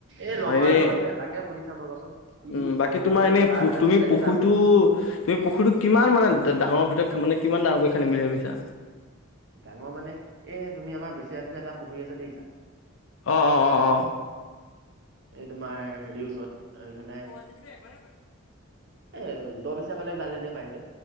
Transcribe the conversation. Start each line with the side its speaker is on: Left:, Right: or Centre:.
Right: এই
Left: অ
Right: লগৰ
Left: এনে
Right: এজন আছে তাকে সুধি চাম ৰবাচোন? সি
Left: উম বাকী
Right: ভালকে
Left: তোমাৰ
Right: জানে
Left: এনেই
Right: তাৰ
Left: পু
Right: মানে
Left: তুমি
Right: ফিচাৰী
Left: পুখুৰীটো
Right: এটা আছে
Left: তুমি পুুখুৰীটো কিমান মানে ডাঙৰ ভিতৰত মানে কিমান ডাঙৰকৈ খানিম বুলি ভাবিছা?
Right: ডাঙৰ মানে এই তুমি আমাৰ বেক চাইড যে এটা পুখুৰী আছে দেখিছা?
Left: অহ অ অ অ।
Right: এই তোমাৰ হেৰি ওচৰত এইফালে
Left: <unintelligible>
Right: এ দবিছিয়া ফালে জালে যে পায় যে।